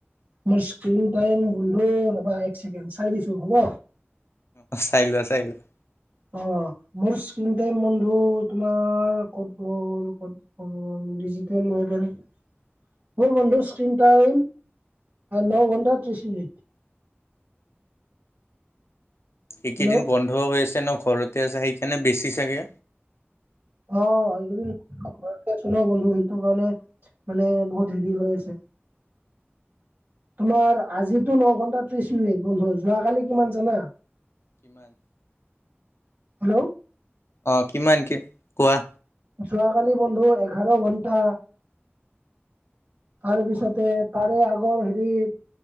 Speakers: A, on the right; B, on the left.
A: মোৰ স্ক্ৰীন টাইম বন্ধু ৰ'বা এক চেকেণ্ড চাই দিছো হ'ব?
B: অ', চাই লোৱা, চাই লোৱা।
A: অ', মোৰ স্কিন টাইম বন্ধু তোমাৰ ক'ত গ'ল, ক'ত গ'ল, ডিজিটেল <unintelligible> মোৰ বন্ধু স্ক্ৰীন টাইম ন ঘন্টা ত্ৰিশ মিনিট।
B: এইকেইদিন
A: হেল্ল'
B: বন্ধ হৈ আছে ন', ঘৰতে আছা, সেইকাৰণে বেছি চাগে!
A: অ', এইকেইদিন ঘৰতে আছো ন' বন্ধু সেইটো কাৰণে মানে বহুত হেৰি হৈ আছে। তোমাৰ আজিতো ন ঘন্টা ত্ৰিশ মিনিট বন্ধু, যোৱাকালি কিমান জানা?
B: কিমান?
A: হেল্ল'?
B: অ', কিমান কি কোৱা?
A: যোৱাকালি বন্ধু এঘাৰ ঘন্টা, তাৰ
B: অ
A: পিছতে
B: অ
A: তাৰে আগৰ হেৰিত